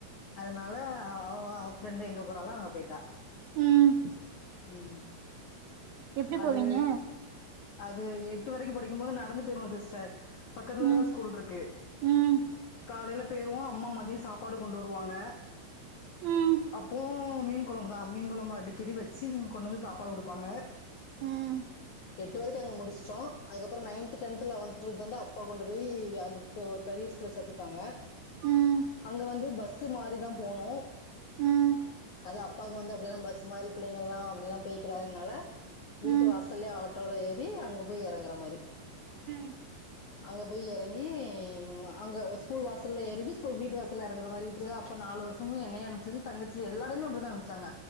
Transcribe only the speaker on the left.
அதனால அவ அவ ஃப்ரெண்டு் எங்க போறாலோ அங்க போயிட்டா
ம்
அது
அது எ ஃப்வ்த் வரைக்கு படிக்கும்போது நடந்து போய்ருவோ சிஸ்டர் பக்கத்துலதா
ஸ்கூல் இருக்கு
காலைல போயிருவோ அம்மா மதியோ சாப்பாடு கொண்டு வருவாங்க
அப்போ மீன் கொழம்புதான் மீன் கொழம்பு அடிக்கடி வெச்சு கொண்டு வந்து சாப்பாடு குடுப்பாங்க
எட்டு வரைக்கு அங்க முடிச்சிட்டோ அதுக்கப்பறோ நைன்த், டென்த் லெவென்த், டுவெல்த் வந்து அப்பா கொண்டு போய் அந்த ப் பெரிய ஸ்கூல்ல சேத்துட்டாங்க
அங்க வந்து பஸ் மாறிதா போனு
அது அப்பாக்கு வந்து அப்டியெல்லா பஸ் மாரி பிள்ளைங்ளா அப்டியல்லாம் போய்கிடாதுனால
வீட்டு வாசல்லயே ஆட்டோல ஏறி அங்க போய் எறங்கிற மாரி
அங்க போய் எறங்கி அங்க ஸ்கூல் வாசல்ல ஏறிட்டு ஸ்கூல் வீட்டு வாசல்ல இறங்கிற மாரி இப்படிதா அப்பா நா நாலு வருஷமு என்னைய அனுப்பிச்சது தங்கச்சி எல்லாருமே அப்டிதா அனுப்ச்சாங்க